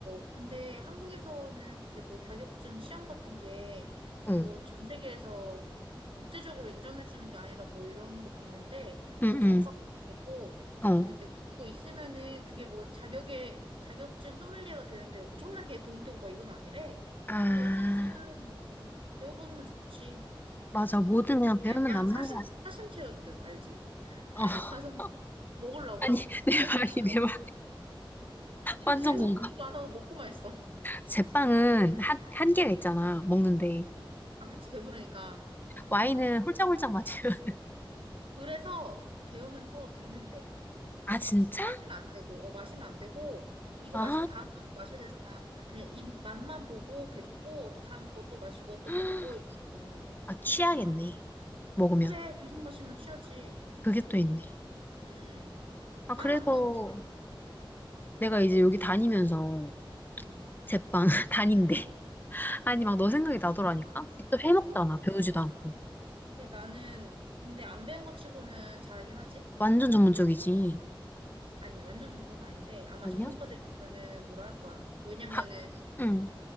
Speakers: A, on the right; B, on the left.
A: 어 근데 한국에서는 그게 뭐 자격증 시험 같은 게
B: 응,
A: 뭐 전 세계에서 구- 국제적으로 인정해 주는 게 아니다 뭐 이런 거 봤는데
B: 응응.
A: 나도 정확하게 모르겠고
B: 어.
A: 아무튼 근데 이거 있으면은 그게 뭐 자격에 자격증 소믈리에가 되는데 엄청나게 도움되고 막 이건 아니래
B: 아
A: 근데 어쨌든 뭐 배워보면 좋지
B: 맞아. 뭐든 그냥
A: 근데
B: 배우면
A: 약간
B: 남는
A: 사심
B: 거야
A: 사심 채울 듯 알지 <laughs>
B: 어.
A: 가서
B: <laughs>
A: 먹으려고
B: 아니,
A: <laughs>
B: 내
A: 와인
B: 말이,
A: 마시려고
B: 내 말.
A: 근데
B: 완전
A: 계속
B: 공감.
A: 공부 안 하고 먹고만 있어
B: 제빵은 한, 한계가
A: 음.
B: 있잖아. 먹는데.
A: 아, 그치, 배부르니까.
B: 와인은 홀짝홀짝 마시면. <laughs>
A: 그래서 배우면서 뱉는데.
B: 아, 진짜?
A: 그 마시면 안 되고, 어, 마시면 안 되고, 이거
B: 아,
A: 마시고 다음 것도 마셔야 되잖아. 그러니까 그냥 입 맛만 보고 뱉고, 또 다음 것도 마시고, 또
B: <gasps>
A: 뱉고, 이렇게 하는 거래.
B: 아 취하겠네. 먹으면
A: 그래, 계속 마시면 취하지.
B: 그게 또 있네.
A: 음,
B: 아
A: 빵은
B: 그래서
A: 또 안 취하니까.
B: 내가 이제 여기 다니면서
A: 음.
B: 제빵 <laughs> 다닌데 아니 막 너 생각이 나더라니까 또 해먹잖아 배우지도
A: 음,
B: 않고
A: 그 나는, 근데 안 배운 것 치고는 잘하긴 하지?
B: 완전 전문적이지
A: 아니, 완전 전문은 아닌데, 아마
B: 아니야?
A: 전문가들이 보면은 뭐라 할 거야. 왜냐면은,
B: 하, 응,